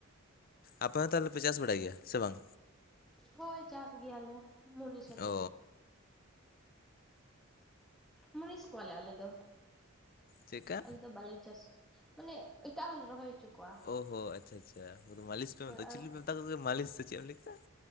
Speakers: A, on the left; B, in the centre.
A: ᱟᱯᱮ ᱦᱚᱸ ᱛᱟᱦᱞᱮ ᱯᱮ ᱪᱟᱥ ᱵᱟᱲᱟᱭ ᱜᱮᱭᱟ ᱥᱮ ᱵᱟᱝ?
B: ᱦᱚᱭ ᱪᱟᱥ ᱜᱮᱭᱟᱞᱮ ᱢᱩᱱᱤᱥ ᱟᱛᱮᱜ
A: ᱚ
B: ᱾ ᱢᱩᱱᱤᱥ ᱠᱚᱣᱟᱞᱮ ᱟᱞᱮ ᱫᱚ
A: ᱪᱮᱫᱠᱟ
B: ᱟᱞᱮ ᱫᱚ ᱵᱟᱞᱮ ᱪᱟᱥ ᱢᱟᱱᱮ ᱮᱴᱟᱜ ᱦᱚᱞᱮ ᱨᱚᱦᱚᱭ ᱦᱚᱪᱚ ᱠᱚᱣᱟ ᱾
A: ᱚ ᱦᱚ ᱟᱪᱪᱷᱟ ᱟᱪᱪᱷᱟ ᱩᱱᱠᱩ ᱫᱚ ᱢᱟᱹᱞᱤᱥ ᱯᱮ ᱢᱮᱛᱟ
B: ᱟᱨ
A: ᱪᱤᱞᱤ ᱯᱮ ᱢᱮᱛᱟ ᱠᱚ ᱜᱮᱭᱟ ᱢᱟᱹᱞᱤᱥ ᱥᱮ ᱪᱮᱫ ᱮᱢ ᱞᱟᱹᱭ ᱠᱮᱫᱟ?